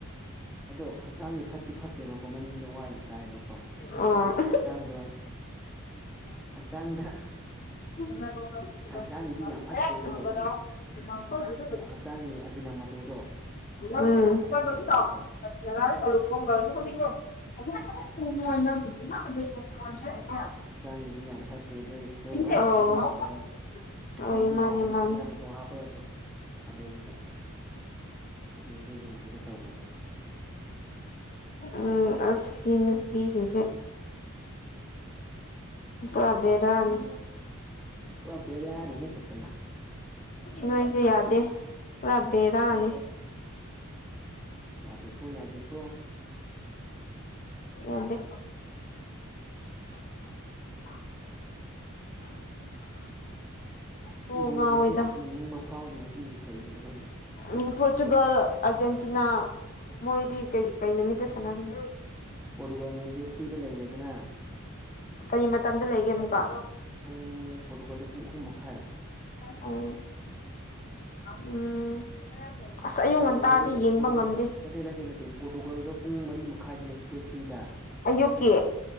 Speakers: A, in the centre; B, on the left.
A: ꯑꯗꯣ ꯍꯛꯆꯥꯡꯁ ꯐꯠꯇꯤ ꯐꯠꯇꯦꯕꯀꯣ ꯃꯅꯤꯡꯗ ꯋꯥ ꯌꯥꯝ ꯇꯥꯏꯕꯣ
B: ꯑ <unintelligible>
A: ꯍꯛꯆꯥꯡꯗꯣ ꯍꯛꯆꯥꯡꯗ
B: <unintelligible>
A: ꯍꯛꯆꯥꯡꯒꯤꯗꯤ ꯌꯥꯝ ꯐꯠꯇꯦꯕꯨ ꯑꯗꯨꯝ ꯍꯛꯆꯥꯡꯒꯤ ꯑꯖꯤꯅꯥ ꯃꯇꯣꯇꯣꯗꯣ ꯍꯛꯆꯥꯡꯒꯤ
B: ꯎꯝ
A: ꯌꯥꯝ ꯐꯠꯇꯦꯕ ꯑꯗꯣ
B: <unintelligible> <unintelligible>
A: ꯍꯛꯆꯥꯡꯒꯤꯗꯤ ꯌꯥꯝ ꯐꯠꯇꯦ ꯑꯗꯨꯏꯁꯨ
B: ꯑꯣ
A: ꯑꯩ ꯌꯥꯝ ꯇꯧꯋꯦ
B: ꯍꯣꯏ
A: ꯍꯥꯎꯗꯤ
B: ꯃꯥꯅꯦ
A: ꯍꯥꯎꯕꯅꯤ
B: ꯃꯥꯅꯦ
A: ꯑꯖꯤꯅ ꯐꯣꯇꯣ ꯍꯥꯞꯄꯒꯁꯨ ꯀꯃꯦꯟꯗꯨꯗ ꯈꯃꯡꯗ ꯌꯥꯝ ꯀꯩꯅꯟꯅ ꯇꯧꯒꯅꯤ
B: ꯎꯝ ꯑꯅꯤꯕꯤꯁꯤꯡꯁꯦ ꯄꯨ꯭ꯔꯥꯕꯦꯔꯥꯅꯤ
A: ꯄꯨꯔꯥ ꯦꯔꯅꯤꯍꯦ ꯇ ꯆꯂꯣ
B: ꯅꯣꯏꯁꯨ ꯌꯥꯗꯦ ꯄꯨꯔꯥ ꯚꯦꯔꯥ ꯅꯦ
A: ꯌꯥꯗꯀꯣ ꯌꯥꯗꯀꯣ
B: ꯌꯥꯗꯤ <unintelligible> ꯑꯣ
A: ꯕꯣꯒ
B: ꯉꯥꯎꯋꯦꯗ
A: ꯑꯁꯦ ꯌꯦꯡꯅꯤꯡꯕ ꯐꯥꯎꯗꯦ ꯉꯁꯤꯁꯦ ꯀꯩꯒꯤꯅꯣ ꯈꯪꯗꯦ
B: ꯎꯝ ꯄꯣꯔꯇꯨꯒꯜ ꯑꯥꯔꯖꯦꯟꯇꯤꯅꯥ ꯃꯣꯏꯗꯤ ꯀ ꯀ ꯅꯨꯣꯃꯤꯠꯇ ꯁꯥꯟꯅꯒꯅꯤ
A: ꯄꯣꯔꯇꯨꯒꯜꯅ ꯗꯦꯠ ꯊ꯭ꯔꯤꯗ ꯂꯩꯔꯦꯗꯅ
B: ꯀꯔꯤ ꯃꯇꯝꯗ ꯂꯩꯒꯦ ꯑꯃꯨꯛꯀ
A: ꯎꯝ ꯄꯣꯔꯇꯨꯒꯥꯜꯗꯣ ꯄꯨꯡ ꯑꯍꯨꯝ ꯃꯈꯥꯏꯔꯥ
B: ꯎꯝ ꯎꯝ ꯑꯁ ꯑꯌꯨꯛ ꯉꯟꯇꯥꯗꯤ
A: ꯄꯣꯔꯇꯨꯒꯜꯗꯨꯇꯨꯜ
B: ꯌꯦꯡꯕ ꯉꯝꯗꯦ
A: ꯅꯠꯇꯦ ꯅꯠꯇꯦ ꯅꯠꯇꯦ ꯄꯣꯔꯇꯨꯒꯜꯗꯣ ꯄꯨꯡ ꯃꯔꯤ ꯃꯈꯥꯏꯗꯅꯦ ꯗꯦꯠ ꯊ꯭ꯔꯤꯗ
B: ꯑꯌꯨꯛꯀꯤ